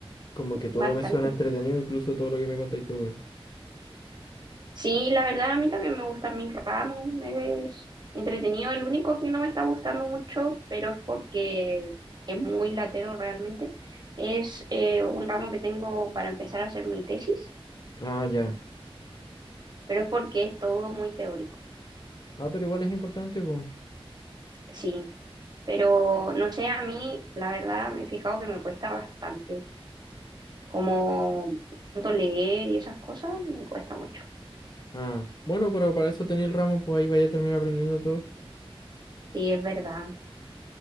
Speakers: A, on the left; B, on the right.
A: como que todo
B: bastante.
A: me suena entretenido, incluso todo lo que me contáis tú, weón.
B: Sí, la verdad, a mí también me gustan mis ramos, es entretenido. El único que no me está gustando mucho, pero es porque es muy latero realmente, es eh, un ramo que tengo para empezar a hacer mi tesis,
A: Ah, ya.
B: pero es porque es todo muy teórico.
A: Ah, pero igual es importante, pues.
B: Sí, pero no sé, a mí, la verdad, me he fijado que me cuesta bastante. como tanto leer y esas cosas, me cuesta mucho.
A: Ah, bueno, pero para eso tenéis el ramo, pues ahí vaya a terminar aprendiendo todo.
B: Sí, es verdad.